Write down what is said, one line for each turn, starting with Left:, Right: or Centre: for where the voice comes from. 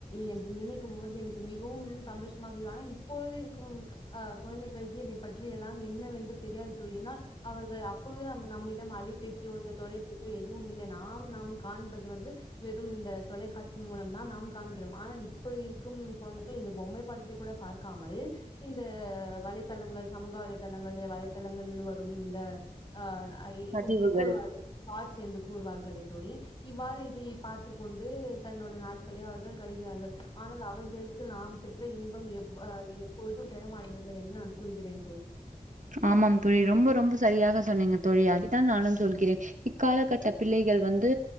Left: என்று நினைத் பொழுது எனக்கு மிகவும் சந்தோஷமாக ஆனா இப்பொழுது இருக்கும் அ குழந்தைகளுக்கு இதைப் பற்றிய எல்லாம் என்ன என்னவென்று தெரியாது தோழி ஏன்னால் அவர்கள் அப் அப்போழுது நம் நம்மிடம் அழைபேசியோ இல்ல தொலைபேசியோ எதுவும் இல்லை நா ஆம் நாம் காண்பது வந்து வெறும் இந்த தொலைக்காட்சி மூலம் தான் நாம் காண்கிறோம் ஆனால் இப் இப்போ இருக்கும் குழந்தைகள் இந்த பொம்மை படத்தை கூட பார்க்காமல் இந்த வலைத்தளங்கள் சமூக வலைதளங்கள் இல்ல வலைதளங்களில் வரும் இந்த அ ஐ
Right: பதிவுகள்
Left: ஒன்னு கூறுவார்கள் தாஹ்ட்ஸ் என்று கூறுவார்காலே தோழி இவ்வாறு இதை பார்ட்டு கொண்டு து தன்னோட நாட்கள் அவர்கள் கழகிறார்கள் ஆனால் அவர்களுக்கு நாம் பெற்ற இன்பம் எப் அ எப்பொழுதும் பெற மாட்டர்கள் என்று நான் கூறுகிறேன் தோழி
Right: ஆமாம் தோழி ரொம்ப ரொம்ப சரியாக சொன்னீங்க தோழி அதான் நானும் சொல்கிறேன் இக்கால கட்ட பிள்ளை கள் வந்து